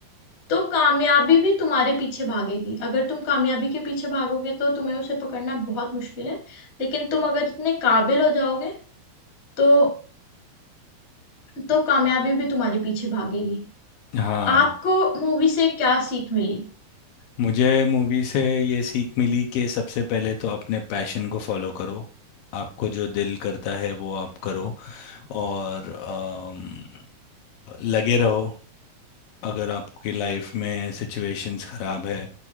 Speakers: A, on the left (about 30°); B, on the left (about 70°).
A: तो कामयाबी भी तुम्हारे पीछे भागेगी अगर तुम कामयाबी के पीछे भागोगे तो तुम्हें उसे पकड़ना बहुत मुश्किल है लेकिन तुम अगर इतने काबिल हो जाओगे तो तो कामयाबी भी तुम्हारे पीछे भागेगी
B: हाँ
A: आपको मूवी से क्या सीख मिली
B: मुझे मूवी से ये सीख मिली कि सबसे पहले तो अपने पैशन को फॉलो करो आपको जो दिल करता है वो आप करो और अम, लगे रहो अगर आपकी लाइफ में सिचुएशंस खराब है